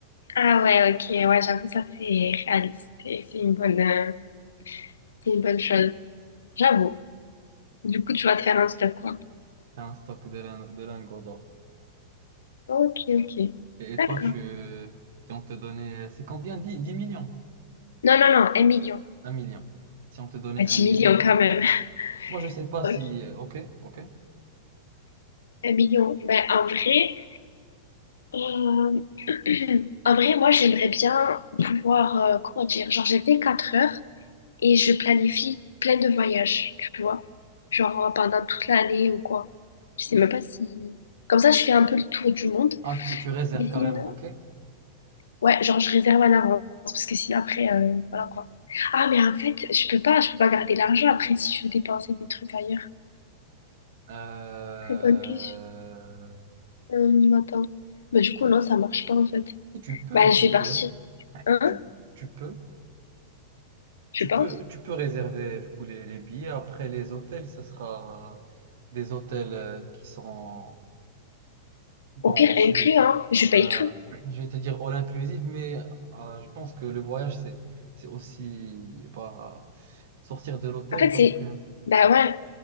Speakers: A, on the left (about 75°); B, on the right (about 60°).
A: Ah ouais, ok, ouais, j'avoue, ça c'est réaliste et c'est une bonne, euh, c'est une bonne chose. J'avoue. Du coup, tu vas te faire un stop, quoi.
B: C'est un stock de, lin- de lingots d'or.
A: Ok, ok.
B: Et et
A: D'accord.
B: toi, tu, si on te donnait, c'est combien? Dix, dix millions?
A: Non, non, non, un million.
B: un million. Si on te donnait
A: Ah, 10
B: un million,
A: millions quand même. <laughs>
B: moi je sais pas
A: Ok,
B: si, euh, ok, ok.
A: un million. Ben en vrai, euh, <clears throat> en vrai, moi j'aimerais bien pouvoir, euh, comment dire, genre j'ai 24 heures. et je planifie plein de voyages, tu vois. Genre euh, pendant toute l'année ou quoi. Je sais même pas si... Comme ça, je fais un peu le tour du monde.
B: Ah, tu, tu réserves
A: Mais sinon,
B: carrément, ok.
A: ouais, genre je réserve à l'avance parce que sinon après, euh, voilà quoi. Ah, mais en fait, je peux pas, je peux pas garder l'argent après si je veux dépenser des trucs ailleurs.
B: Euh,
A: Très bonne question. Hum, attends. Bah, du coup, non, ça marche pas en fait.
B: et tu peux,
A: Bah, je
B: tu
A: vais
B: peux,
A: partir. Hein?
B: tu, tu peux,
A: Je
B: tu
A: pense.
B: peux, tu peux réserver du coup les, les billets. Après les hôtels, ce sera des hôtels euh, qui sont bon.
A: Au pire,
B: c'est-
A: inclus, hein. Je paye
B: Euh,
A: tout.
B: <clears throat> je vais te dire all inclusive, mais euh, je pense que le voyage, c'est, c'est aussi bah, sortir de l'hôtel.
A: En fait,
B: Donc,
A: c'est...
B: euh,
A: Bah ouais.